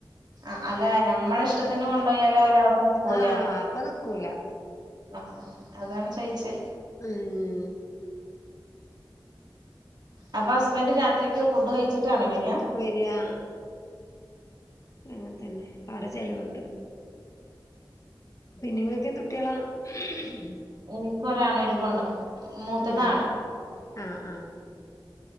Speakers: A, on the right; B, on the left.
A: അ അല്ല നമ്മളിഷ്ടത്തിന് കൊണ്ടോയാലു ഓലെ അവിടെ നിക്കൂല.
B: ആഹ് അപ്പൊ നിക്കൂല
A: അഹ് അതാണ് ചോയിച്ചേ
B: ഉം ഉം
A: അപ്പൊ ഹസ്ബൻ്റ് രാത്രിക്ക് ഫുഡ് കഴിച്ചിട്ടാണോ വരാ..
B: വരാ. അങ്ങനെ തന്നെ അവിടെ ചെലവുണ്ട് നിങ്ങക്കെന്തുട്ട്യെളാ ഹും
A: നിക്ക് ഒരാണും ഒരു പെണ്ണും മൂത്തതാണ്
B: ഉം ആഹ് ആഹ്